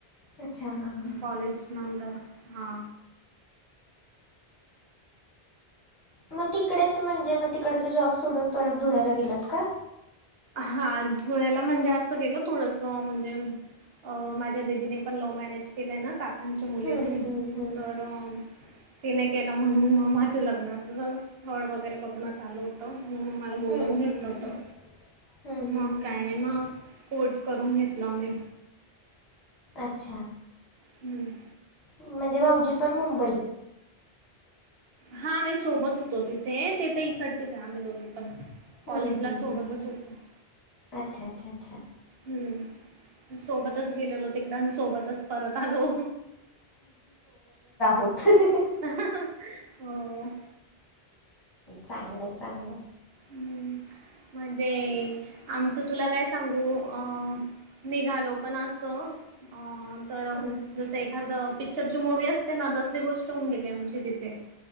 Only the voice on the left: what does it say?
अच्छा हां हां हां.
मग तिकडेच म्हणजे मग तिकडच जॉब सोडून परत धुळ्याला गेलात का?
हम्म हम्म हम्म.
हं,
हं,
हं. हं, हं,
हं.
अच्छा.
म्हणजे भाऊजी पण मुंबई?
हं, हं,
हं, हं.
अच्छा अच्छा अच्छा!
ह ह ह.
चांगलय चांगलय.
हं.